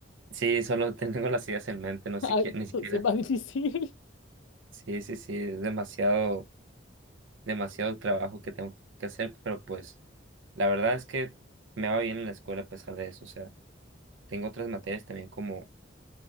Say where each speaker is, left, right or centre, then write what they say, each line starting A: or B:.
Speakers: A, on the right; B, on the left.
A: Sí, solo <laughs> tengo las ideas en mente, no
B: Ah,
A: siquiera,
B: entonces
A: ni siquiera.
B: es más difícil.
A: Sí, sí, sí, es demasiado, demasiado trabajo que tengo que hacer, pero pues la verdad es que me va bien en la escuela a pesar de eso, o sea. Tengo otras materias también como